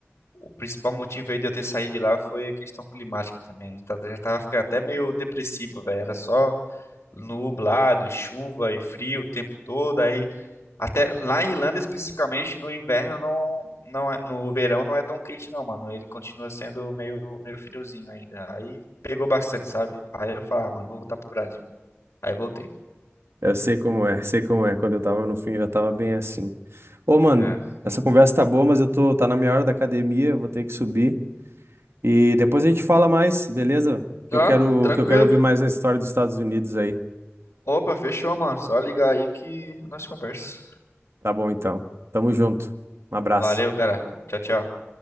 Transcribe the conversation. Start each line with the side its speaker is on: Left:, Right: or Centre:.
Left: o principal motivo aí de eu ter saído de lá foi a questão climática também. Tá- Já tava ficando até meio depressivo, velho. Era só nublado, chuva e frio o tempo todo. Aí, até lá em Irlanda especificamente, no inverno não, não é, no verão não é tão quente não, mano. Ele continua sendo meio, meio friozinho ainda. Aí pegou bastante, sabe? Aí eu falei, ah, mano, vou voltar pro Brasil. Aí voltei.
Right: Eu sei como é, sei como é. Quando eu tava no fim, eu já tava bem assim. Ô, mano,
Left: É.
Right: essa conversa tá boa, mas eu tô, tá na minha hora da academia, eu vou ter que subir. E depois a gente fala mais, beleza?
Left: Tá,
Right: Que eu quero,
Left: tranquilo.
Right: que eu quero ouvir mais a história dos Estados Unidos aí.
Left: Opa, fechou, mano. Só ligar aí que nós conversa.
Right: Tá bom, então. Tamo junto. Um abraço.
Left: Valeu, cara. Tchau, tchau.